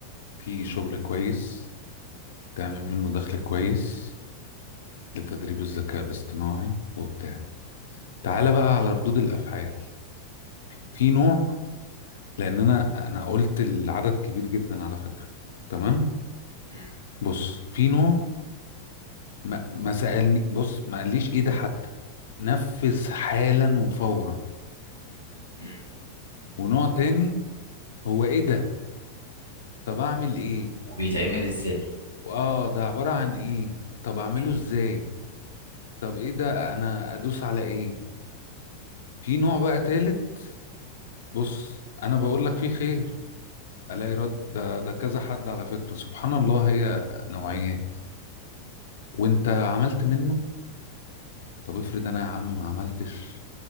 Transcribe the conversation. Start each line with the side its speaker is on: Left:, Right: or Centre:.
Left: في شغل كويس تعمل منه دخل كويس لتدريب الذكاء الاصطناعي وبتاع تعالى بقى على ردود الأفعال في نوع لان انا انا قلت العدد كبير جدا على فكره تمام
Right: مم.
Left: بص في نوع ما, ما سالني بص ما قاليش ايه ده حتى نفذ حالا وفورا
Right: مم.
Left: ونوع تاني هو ايه ده طب اعمل ايه
Right: وبيتعمل ازاي
Left: واه ده عباره عن ايه طب اعمله
Right: إن
Left: ازاي طب ايه ده انا ادوس على ايه في نوع بقى تالت بص انا بقول لك فيه خير الاقي رد ده ده كذا حد على فكره سبحان الله هي نوعيات وانت عملت منه طب افرض انا يا عم ما عملتش